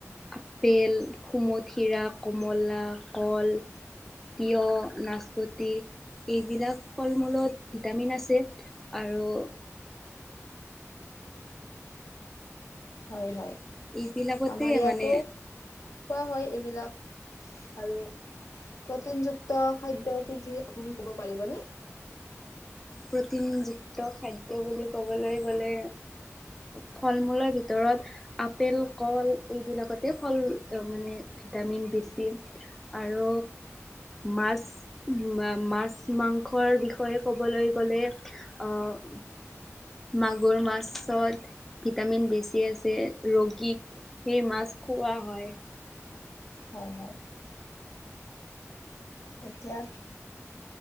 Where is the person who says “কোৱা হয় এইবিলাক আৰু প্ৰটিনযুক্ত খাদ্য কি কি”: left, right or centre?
Left